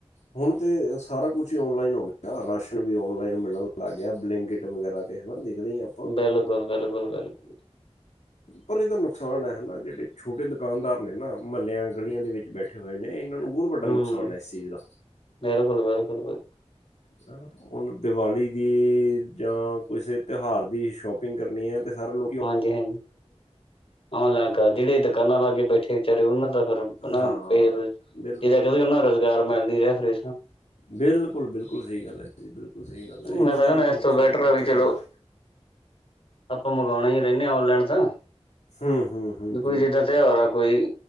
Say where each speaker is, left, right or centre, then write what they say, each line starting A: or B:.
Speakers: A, on the left; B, on the left.
A: ਹੁਣ ਤੇ ਸਾਰਾ ਕੁਛ ਔਨਲਾਈਨ ਹੋ ਗਿਆ। ਰਾਸ਼ਨ ਵੀ ਔਨਲਾਈਨ ਮਿਲਣ ਲੱਗ ਗਿਆ, ਬਲੈਂਕਟ ਵਗੈਰਾ। ਹਨਾ ਦੇਖਦੇ ਹੀ ਆਪ-
B: ਬਿਲਕੁਲ, ਬਿਲਕੁਲ, ਬਿਲਕੁਲ।
A: ਪਰ ਇਹਦਾ ਨੁਕਸਾਨ ਹਨਾ। ਜਿਹੜੇ ਛੋਟੇ ਦੁਕਾਨਦਾਰ ਨੇ ਨਾ ਮਹੱਲਿਆਂ, ਗਲੀਆਂ ਦੇ ਵਿੱਚ ਬੈ ਇਕੱਠੇ ਹੋਏ ਨੇ। ਇਹਨਾਂ ਨੂੰ ਵੱਡਾ ਨੁਕਸਾਨ
B: ਹੂੰ
A: ਹੈ ਚੀਜ਼ ਦਾ।
B: ਬਿਲਕੁਲ, ਬਿਲਕੁਲ।
A: ਚ <inaudible> ਹੁਣ ਦੀਵਾਲੀ ਦੀ ਜਾਂ ਕਿਸੇ ਤਿਉਹਾਰ ਦੀ ਸ਼ੋਪਿੰਗ ਕਰਨੀ ਹੈ ਤੇ ਸਾਰੇ ਲੋਕ
B: ਹਾਂਜੀ-ਹਾਂਜੀ। ਔਨਲਾਈਨ ਕਰ ਜਿਹੜੇ ਦੁਕਾਨਾਂ ਲਾ ਕੇ ਬੈਠੇ ਵਿਚਾਰੇ ਉਹਨਾਂ ਦਾ ਹਨ
A: ਹਾਂ
B: ਬੇਰੁਜ਼
A: ਬਿਲਕੁਲ
B: ਜਿੱਦਾਂ ਕਦੇਓਨਾ ਰੁਜ਼ਗਾਰ ਮਿਲ ਨ ਰਿਹਾ ਫਿਰ
A: ਬਿਲਕੁਲ-ਬਿਲਕੁਲ ਸਹੀ ਗੱਲ ਏ। ਬਿਲਕੁਲ ਸਹੀ ਗੱਲ
B: ਮੈਂ
A: ਏ। ਇਹਨਾਂ
B: ਤਾਂ
A: ਦਾ
B: ਕਹਿੰਦਾ
A: ਵੀ ਤੇ
B: ਇਸ
A: ਨੁਕਸਾਨ
B: ਤੋਂ ਬੈਟਰ
A: ਇਹਨਾ ਵਿਚਾਰਿਆਂ
B: ਵੀ ਚਲੋ
A: ਦਾ।
B: ਆਪਾਂ ਮੰਗਵਾਉਣਾ ਹੀ ਰਹਿੰਦੇ ਹਾਂ ਔਨਲਾਈਨ ਤਾਂ।
A: ਹੂੰ ਹੂੰ ਹੂੰ
B: ਕੋਈ
A: ਹੂੰ
B: ਜਿੱਦਾਂ ਤਿਉਹਾਰ ਆ ਕੋਈ